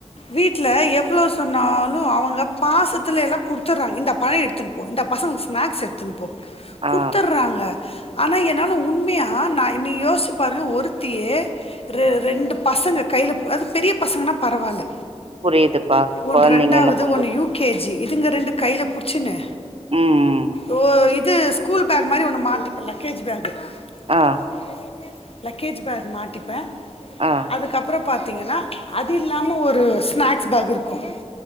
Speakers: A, on the left; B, on the right.
A: வீட்ல எவ்ளோ சொன்னாலு அவங்க பாசத்துல எல்லா குடுத்தட்றாங்க இந்த பழோ எடுத்துன்னு போ இந்தா பசங்களுக்கு ஸ்மேக்ஸ் எடுத்துன்னு போ
B: ஆ
A: குடுத்தட்றாங்க ஆனா என்னால உண்மையா நா நீ யோசிச்சி பாருங்க ஒருத்தியே ரெ ரெண்டு பசங்க கைல அதும் பெரிய பசங்கன்னா பரவால்ல
B: புரியுதுப்பா
A: ஒன்
B: கொழந்தைங்க
A: ரெண்டாவது
B: அனுப்பும்போ
A: ஒன்னு யூ கே ஜி இதுங்க ரெண்டும் கைல புடிச்சுன்னு
B: ம் ம்
A: ஓ இது ஸ்கூல் பேக் மாறி ஒன்னு மாட்டிபே லக்கேஜ் பேகு
B: ஆ
A: ம் லக்கேஜ் பேக் மாட்டிப்பே
B: ஆ
A: அதுக்கப்புறம் பாத்தீங்கன்னா அது இல்லாம ஒரு ஸ்மேக்ஸ் பேக் இருக்கும்